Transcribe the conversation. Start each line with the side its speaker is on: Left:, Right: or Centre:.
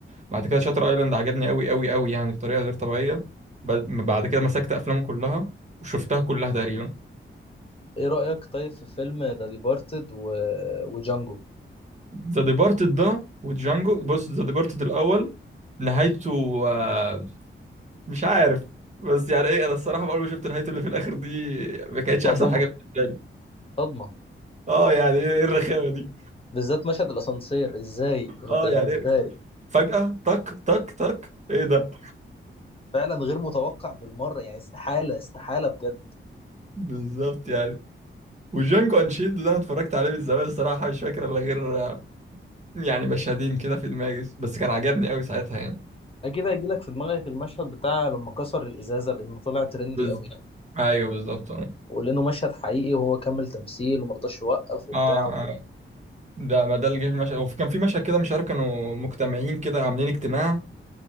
Right: بعد كده شاتر ايلاند عجبني قوي قوي قوي يعني بطريقه غير طبيعيه بعد بعد كده مسكت افلامه كلها وشفتها كلها تقريبا
Left: ايه رأيك طيب في فيلم ذا ديبارتد و... وجانجو
Right: ذا ديبارتد ده وجانجو بص ذا ديبارتد الاول نهايته آه، مش عارف بس يعني ايه انا الصراحه اول ما شفت نهايته اللي في الاخر دي ما كانتش
Left: صادمة
Right: احسن حاجه بالنسبه لي
Left: صدمة
Right: اه يعني ايه الرخامه دي
Left: بالذات مشهد الأسانسير ازاي
Right: اه
Left: يعني
Right: يعني
Left: ازاي
Right: إيه؟ فجاه تك تك تك ايه ده
Left: فعلا غير متوقع بالمرة يعني استحالة استحالة بجد
Right: بالظبط يعني وجانجو انشيلد ده انا اتفرجت عليه من زمان الصراحه مش فاكر الا غير آه، يعني مشهدين كده في دماغي بس كان عجبني قوي ساعتها يعني
Left: أكيد هيجيلك في دماغك المشهد بتاع لما كسر الإزازة لأنه طلع ترندي
Right: بز...
Left: قوي يعني
Right: ايوه بالظبط اه
Left: ولأنه مشهد حقيقي وهو كمل تمثيل ومرضاش يوقف وبتاع
Right: اه
Left: وكده
Right: آه. ده ما ده اللي جه في المشهد وكان في مشهد كده مش عارف كانوا مجتمعين كده عاملين اجتماع